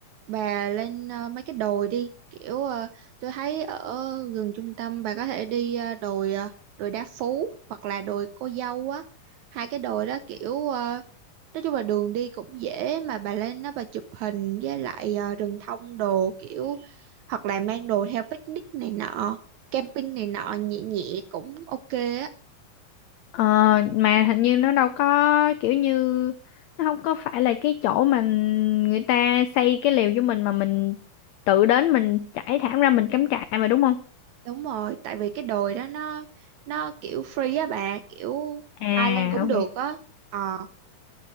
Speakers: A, on the right (about 75°); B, on the left (about 85°).
A: bà lên ờ, mấy cái đồi đi kiểu ờ, tôi thấy ở gần trung tâm bà có thể đi ờ, đồi ờ, đồi Đá Phú hoặc là đồi Cô Dâu á hai cái đồi đó kiểu ờ, nói chung là đường đi cũng dễ mà bà lên đó bà chụp hình với lại ờ, rừng thông đồ kiểu hoặc là mang đồ theo picnic này nọ camping này nọ nhẹ nhẹ cũng ok á
B: ờ, mà hình như nó đâu có kiểu như nó không có phải là cái chỗ mà người ta xây cái lều cho mình mà mình tự đến mình trải thảm ra mình cắm trại mà đúng không
A: đúng rồi tại vì cái đồi đó nó nó kiểu free á bà kiểu
B: à
A: ai lên cũng
B: ok
A: được á Ờ